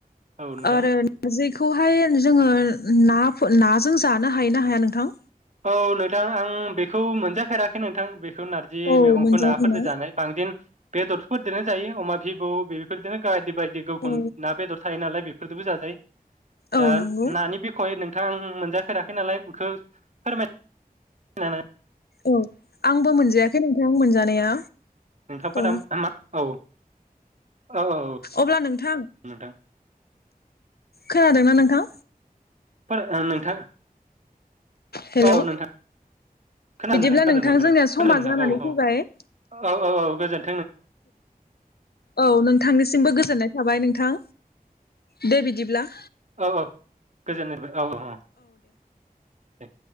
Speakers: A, on the right; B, on the left.
A: औ नोंथां
B: आरो नारजिखौहाय जोंङो ना फोर नाजों जानो हायो ना हाया नोंथां?
A: औ नोंथां आं बेखौ मोनजाफेराखै नोंथां बेखौ बेखौ नारजि
B: औ
A: मैगंखौ
B: मोनजायाखैना
A: नाफोरजों जानाय बांसिन बेदरथ'फोरजोंनो जायो अमा भिबु बेफोरजोंनो गायदिबाय गुन
B: औ
A: ना बेदर थायो नालाय बे <unintelligible> फोर' जोंबो जाजायो दा
B: औ नंगौ
A: नानि बिखय नों- <inaudible> आं मोनजाफेराखै नालाय बेखौ फोरमाय नानै
B: औ आंबो मोनजाया- जों नोंथां मोनजानाया
A: नोंथांफोरा
B: औ
A: मा औ औ औ
B: अब्ला नोंथां
A: नोंथां <unintelligible>
B: खोनादोंना नोंथां?
A: फोर ओ नोंथां
B: हेलौ
A: औ नोंथां खोनादों
B: बिदिब्ला
A: खोनादों
B: नोंथां जोंनिया समा
A: खोनादों नोंथां
B: जानानै
A: औ औ
B: फैबाय
A: औ औ औ गोजोन-
B: औ नोंथांनिसिमबो गोजोननाय थाबाय नोंथां दे बिदिब्ला
A: औ औ गोजोननाय थाबाय। औ अ ओम